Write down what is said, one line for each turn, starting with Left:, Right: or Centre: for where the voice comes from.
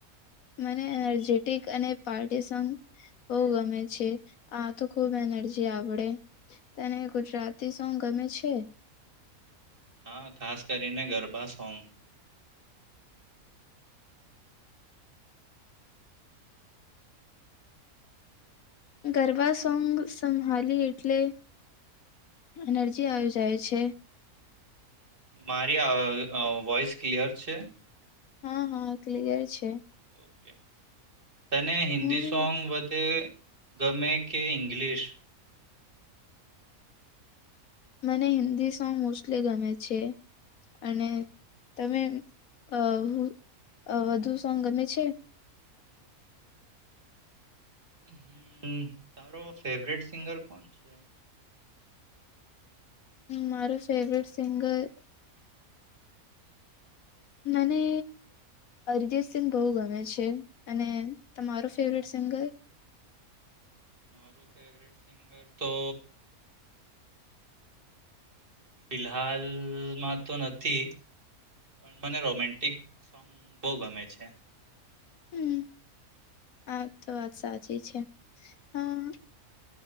Left: મને એનર્જેટિક અને પાર્ટી સોંગ બો ગમે છે, આતો ખુબ એનર્જી આવડે. તને ગુજરાતી સોંગ ગમે છે?
Right: હા ખાસ કરીને ગરબા સોંગ.
Left: ગરબા સોંગ સંભાલી એટલે એનર્જી આવી જાય છે.
Right: મારી અહ અહ વોઈસ ક્લિયર છે.
Left: હા, હા, ક્લિયર છે.
Right: ઓકે. તને હિન્દી
Left: હમ્મ
Right: સોંગ વધે ગમે કે ઇંગ્લિંશ?
Left: મને હિન્દી સોંગ મોસ્ટલી ગમે છે અને તમે અહ અહ વધુ સોંગ ગમે છે?
Right: હમ્મ તારો ફેવરિટ સિંગર કોણ છે?
Left: મારો ફેવરિટ સિંગર મને અરિજીતસિંગ બહુ ગમે છે અને તમારો ફેવરિટ સિંગર?
Right: મારો ફેવરેટ સિંગર તો ફિલહાલમાં તો નથી પણ મને રોમેન્ટિક સોંગ બહું ગમે છે.
Left: હમ્મ આ તો વાત સાચી છે અહ.